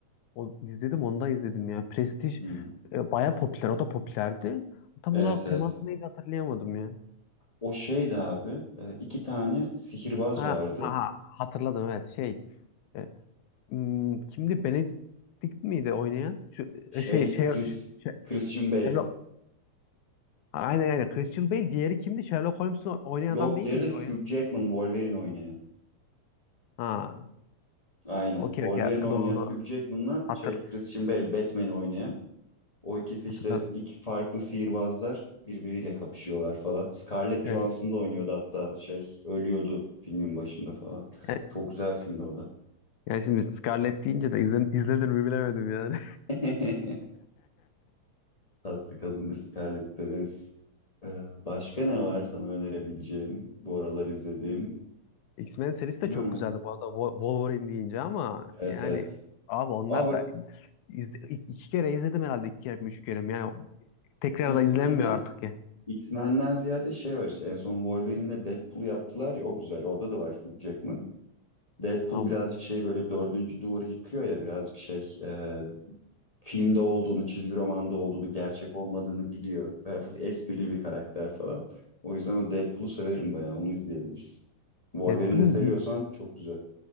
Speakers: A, on the left (about 85°); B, on the left (about 25°).
A: o izledim, onu da izledim ya. Prestij
B: Hmm.
A: e, baya popüler, o da popülerdi. Tam
B: Evet
A: olarak
B: evet.
A: teması neydi hatırlayamadım ya.
B: O şeydi abi. e, iki tane sihirbaz
A: Ha,
B: vardı.
A: ha, ha, hatırladım evet şey. e, hmm, kimdi? Benedict miydi oynayan? Şu
B: Şey
A: e, şey şey,
B: Chris
A: şey- şey,
B: Christian Bale.
A: Sherlock. Aynen aynen. Christian Bale diğeri kimdi? Sherlock Holmes'u oynayan
B: Yok
A: adam değil
B: diğeri
A: miydi
B: de Hugh
A: o ya?
B: Jackman Wolverine oynayan.
A: Ha.
B: Aynen.
A: Okey
B: Wolverine
A: okey.
B: oynayan
A: Doğru doğru.
B: Hugh Jackman'la
A: Hatır,
B: şey Christian Bale Batman oynayan. O ikisi
A: hatırladım.
B: işte iki farklı sihirbazlar birbiriyle kapışıyorlar falan. Scarlett
A: Evet.
B: Johansson da oynuyordu hatta şey ölüyordu filmin başında falan.
A: Evet.
B: Çok güzel filmdi o da.
A: Yani şimdi Scarlett deyince de izlen izlenir mi bilemedim yani.
B: <laughs> Tatlı kadındır Scarlett severiz. Ee, başka ne var sana önerebileceğim? Bu aralar izlediğim.
A: <laughs> X-Men serisi
B: Biliyorum.
A: de çok güzeldi bu arada Wo- Wolverine deyince ama
B: Evet
A: yani
B: evet.
A: abi onlar
B: Aa bak
A: da izle- i- iki kere izledim herhalde iki kere mi üç kere mi yani tekrar
B: X-Men'den
A: da izlenmiyor artık ya.
B: X-Men'den ziyade şey var işte en son Wolverine'le Deadpool'u yaptılar ya o güzel. Orada da var Hugh Jackman. Deadpool
A: Ha,
B: birazcık
A: bu-
B: şey böyle dördüncü duvarı yıkıyor ya birazcık şey e, filmde olduğunu, çizgi romanda olduğunu, gerçek olmadığını biliyor. Ve hafif esprili bir karakter falan. O yüzden o Deadpool'u severim bayağı onu izleyebilirsin. Wolverine
A: Deadpool'un
B: de seviyorsan
A: bir
B: çok güzel.